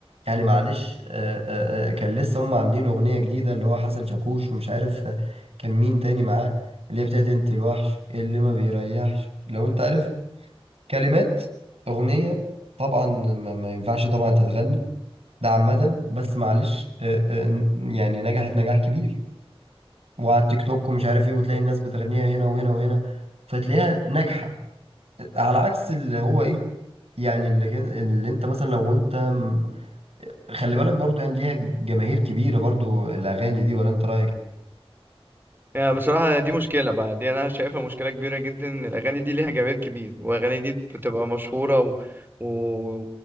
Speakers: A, on the right; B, on the right.
A: يعني معلش آه، آه، آه، كان لسه هم عاملين اغنيه جديده اللي هو حسن شاكوش ومش عارف آه، كان مين تاني معاه اللي هي بتاعت انت الوحش اللي ما بيريحش لو انت عارف كلمات اغنيه طبعا ما, ما ينفعش طبعا تتغنى ده عامه بس معلش آه، آه، يعني نجحت نجاح كبير وعلى التيك توك ومش عارف ايه وتلاقي الناس بتغنيها هنا وهنا وهنا فتلاقيها ناجحة على عكس اللي هو ايه يعني اللي, كان- اللي انت مثلا لو انت م- خلي بالك برضو يعني ليها جماهير كبيرة برضو الأغاني دي ولا انت رأيك
B: يعني بصراحة دي مشكلة بقى دي أنا شايفها مشكلة كبيرة جدا إن الأغاني دي ليها جماهير كبير والأغاني دي بتبقى مشهورة و... و...